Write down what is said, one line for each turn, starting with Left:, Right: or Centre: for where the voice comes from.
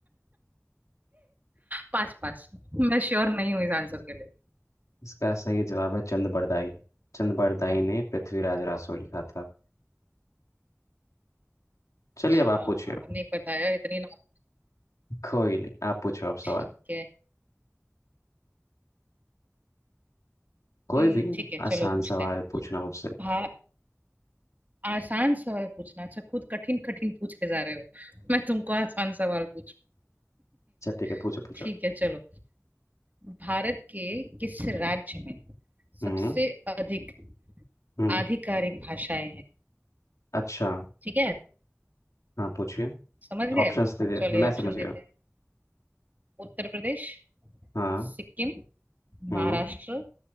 Right: पास पास मैं श्योर नहीं हूँ इस आंसर के लिए
Left: इसका सही जवाब है चंद बरदाई चंद बरदाई ने पृथ्वीराज रासो लिखा था चलिए
Right: अच्छा
Left: अब आप पूछिए
Right: नहीं पता यार इतनी नॉट
Left: कोई नहीं आप पूछो आप सवाल
Right: ठीक है
Left: कोई
Right: हम्म
Left: भी
Right: ठीक है चलो
Left: आसान
Right: पूछते
Left: सवाल
Right: हैं
Left: पूछना मुझसे
Right: भा आसान सवाल पूछना अच्छा खुद कठिन कठिन पूछे जा रहे हो मैं तुमको आसान सवाल पूछूं
Left: अच्छा ठीक है
Right: <laughs>
Left: पूछो पूछो
Right: ठीक है चलो भारत के किस राज्य में
Left: हम्म
Right: सबसे अधिक
Left: हम्म
Right: आधिकारिक भाषाएं हैं
Left: अच्छा
Right: ठीक है
Left: हाँ पूछिए
Right: समझ गए
Left: ऑप्शंस दीजिए
Right: अब चलो
Left: मैं
Right: ऑप्शन
Left: समझ
Right: देते
Left: गया
Right: हैं उत्तर प्रदेश
Left: हाँ
Right: सिक्किम
Left: हम्म
Right: महाराष्ट्र